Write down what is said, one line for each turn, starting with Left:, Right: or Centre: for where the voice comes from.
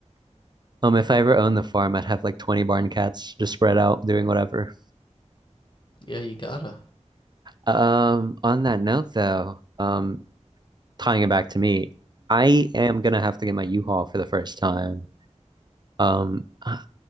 Right: um, if I ever owned the farm, I'd have like 20 barn cats just spread out doing whatever.
Left: Yeah, you gotta.
Right: Um, on that note though, um, tying it back to me, I am gonna have to get my U-Haul for the first time. Um, I-